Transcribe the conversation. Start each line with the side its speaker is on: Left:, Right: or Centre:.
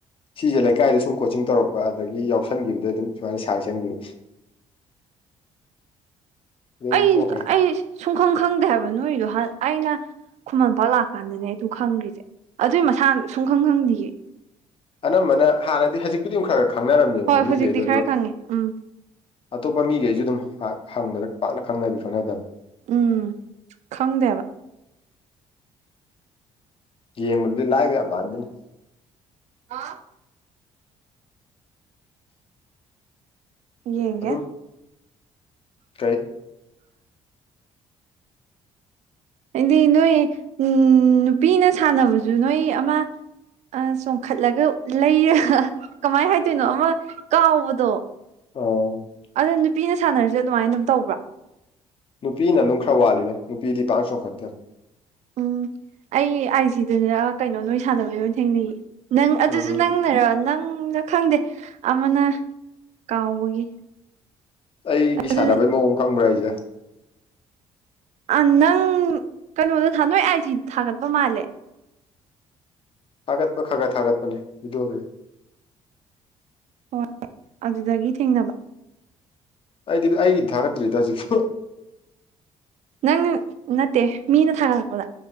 Left: ꯁꯤꯁꯦ ꯂꯩꯀꯥꯏꯗ ꯁꯨꯝ ꯀꯣꯆꯤꯡ ꯇꯧꯔꯛꯄ ꯑꯗꯒꯤ ꯌꯥꯎꯁꯟꯈꯤꯕꯗꯩ ꯑꯗꯨꯝ ꯁꯨꯃꯥꯏꯅ ꯁꯥꯏ ꯆꯪꯈꯤꯕ
Right: <inaudible>
Left: ꯑꯗꯩ
Right: ꯑꯩ
Left: ꯑꯗꯨꯝ ꯇꯣꯛꯈ꯭ꯔꯦ
Right: ꯑꯩ ꯁꯨꯡꯈꯪ ꯈꯪꯗꯦ ꯍꯥꯏꯕ ꯅꯣꯏꯗꯣ ꯑꯩꯅ ꯈꯨꯃꯟꯂꯝꯄꯥꯛ ꯂꯥꯛꯀꯥꯟꯗꯅꯦ ꯑꯩꯗꯨ ꯈꯪꯈ꯭ꯔꯤꯁꯦ ꯑꯗꯨꯏ ꯃꯁꯥꯅ ꯁꯨꯡ ꯈꯪ ꯈꯪꯗꯤꯌꯦ
Left: ꯑꯅꯝꯕꯅ ꯍꯥꯟꯅꯗꯤ ꯍꯧꯖꯤꯛꯄꯨꯗꯤ ꯑꯃꯛ ꯈꯔ ꯈꯔ ꯈꯪꯅꯔꯝꯅꯦꯕꯀꯣ
Right: ꯍꯣꯏ
Left: ꯃꯤꯈꯩꯗꯣ
Right: ꯍꯧꯖꯤꯛꯇꯤ
Left: ꯑꯗꯨꯒ
Right: ꯈꯔ ꯈꯪꯉꯦ ꯎꯝ
Left: ꯑꯇꯣꯞꯄ ꯃꯤꯒꯩꯖꯨ ꯗꯨꯝ ꯄꯥꯛ ꯍꯪꯕꯗ ꯄꯥꯛꯅ ꯈꯪꯅꯗꯤ ꯈꯪꯅꯗꯝꯅꯤ
Right: ꯎꯝ ꯈꯪꯗꯦ ꯍꯥꯏꯕ
Left: ꯌꯦꯡꯕꯗꯗꯤ ꯂꯥꯏꯕ ꯌꯥꯝ ꯃꯥꯟꯕꯅꯤ
Right: ꯍꯥ ꯌꯦꯡꯒꯦ
Left: ꯑꯗꯨꯝ ꯀꯩ
Right: ꯍꯥꯏꯗꯤ ꯅꯣꯏ ꯎꯝ ꯅꯨꯄꯤꯅ ꯁꯥꯟꯅꯕꯖꯨ ꯅꯣꯏ ꯑꯃ ꯑ ꯆꯣꯡꯈꯠꯂꯒ ꯂꯩꯔꯒ ꯀꯃꯥꯏ ꯍꯥꯏꯗꯣꯏꯅꯣ ꯑꯃ ꯀꯥꯎꯕꯗꯣ
Left: ꯑꯥꯎ
Right: ꯗꯣ ꯅꯨꯄꯤꯅ ꯁꯥꯟꯅꯔꯖꯨ ꯑꯗꯨꯃꯥꯏꯟ ꯑꯗꯨꯝ ꯇꯧꯕ꯭ꯔ
Left: ꯅꯨꯄꯤꯅ ꯑꯅꯨꯝ ꯈꯔ ꯋꯥꯠꯂꯤꯗ ꯅꯨꯄꯤꯗꯤ ꯄꯥꯡ ꯆꯣꯡꯈꯠꯇꯦ
Right: ꯎꯝ ꯑꯩ ꯑꯥꯏ ꯁꯤꯗꯅꯔ ꯀꯩꯅꯣ ꯅꯣꯏ ꯁꯥꯟꯅꯕꯗꯣ ꯊꯦꯡꯅꯩꯌꯦ ꯅꯪ ꯑꯗꯨꯖꯨ
Left: ꯎꯝ
Right: ꯅꯪꯅꯔ ꯅꯪꯂ ꯈꯪꯗꯦ ꯑꯃꯅ ꯀꯥꯎꯕꯒꯤ
Left: ꯑꯩꯒꯤ
Right: ꯑꯗꯨ
Left: ꯁꯥꯟꯅꯕꯩ ꯃꯑꯣꯡ ꯈꯪꯕ꯭ꯔ ꯍꯥꯏꯖꯦ
Right: ꯑꯥ ꯅꯪ ꯀꯩꯅꯣꯗ ꯊꯥ ꯅꯣꯏ ꯑꯥꯏꯖꯤꯗ ꯊꯥꯒꯠꯄ ꯃꯥꯜꯂꯦ
Left: ꯊꯥꯒꯠꯄ ꯈꯒ ꯊꯥꯒꯠꯄꯅꯦ ꯚꯤꯗ꯭ꯌꯣꯗꯣ
Right: ꯍꯣꯏ ꯑꯗꯨꯗꯒꯤ ꯊꯦꯡꯅꯕ
Left: ꯑꯩꯗꯤ ꯑꯩꯒꯤ ꯊꯥꯒꯠꯇ꯭ꯔꯤꯗ ꯍꯧꯖꯤꯛꯁꯨ
Right: ꯅꯪ ꯅꯠꯇꯦ ꯃꯤꯅ ꯊꯥꯒꯠꯂꯛꯄꯗ